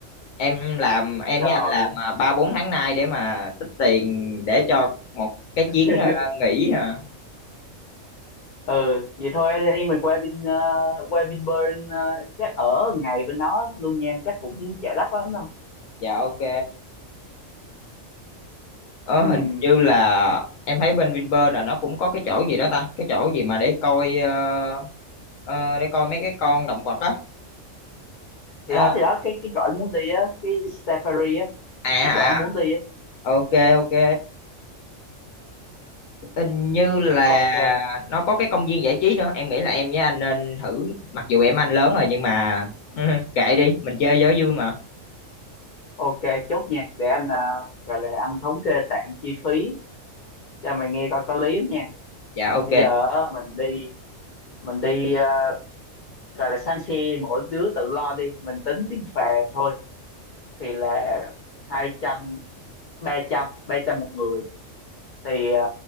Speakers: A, on the left; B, on the left.
A: Em làm em
B: trời
A: với anh làm
B: ơi.
A: ờ, ba bốn tháng nay để mà tích tiền để cho một cái
B: <laughs>
A: chuyến ờ, nghỉ hả?
B: ừ vậy thôi anh em mình qua Vin ờ, qua Vinpearl ờ, chắc ở ngày bên đó luôn nha chắc cũng chả đắt lắm đâu
A: Dạ ok. Ờ
B: ừ
A: hình như là em thấy bên Vinpearl là nó cũng có cái chỗ gì đó ta, cái chỗ gì mà để coi ờ, ờ, để coi mấy cái con động vật á.
B: thì
A: Ờ,
B: đó thì đó cái cái chỗ anh muốn đi á cái safari á
A: à
B: cái
A: à
B: chỗ anh muốn đi á
A: à. ok ok hình như là
B: ok
A: nó có cái công viên giải trí nữa em nghĩ là em với anh nên thử mặc dù em anh lớn rồi nhưng mà <laughs> kệ đi mình chơi cho vui mà
B: Ok, chốt nha. Để anh à, gọi là anh thống kê tạm chi phí cho mày nghe coi có lý không nha.
A: dạ ok
B: Bây giờ á, mình đi mình đi à, gọi là sang xe mỗi đứa tự lo đi, mình tính tiền phà thôi thì là hai trăm ba trăm ba trăm một người thì à,